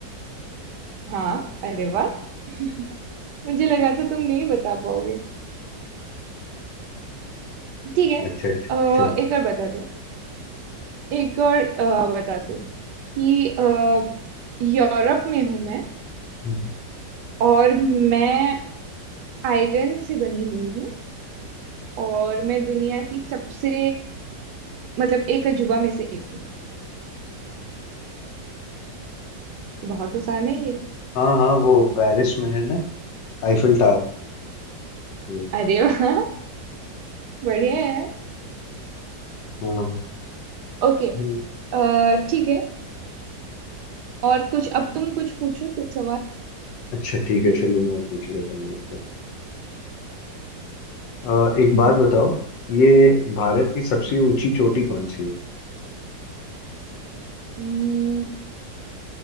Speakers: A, on the right; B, on the left.
A: हाँ अरे वाह <laughs> मुझे लगा था तुम नहीं बता पाओगे ठीक है
B: अच्छा अच्छा
A: अ,
B: चलो
A: एक और बताते एक और अ, बताती हूँ कि अ, यूरोप में हूँ मैं
B: हम्म।
A: और मैं आयरन से बनी हुई हूँ और मैं दुनिया की सबसे मतलब एक अजूबा में से एक हूँ बहुत आसान है ये
B: हाँ हाँ वो पेरिस में है ना आईफिल टावर वो
A: अरे वाह बढ़िया है यार
B: हाँ हाँ
A: ओके
B: हम्म,
A: अ, ठीक है और कुछ अब तुम कुछ पूछो कुछ
B: अच्छा ठीक है चलो मैं पूछ लेता हूँ आपको अ, एक बात बताओ ये भारत की सबसे ऊंची चोटी कौन सी है
A: सवाल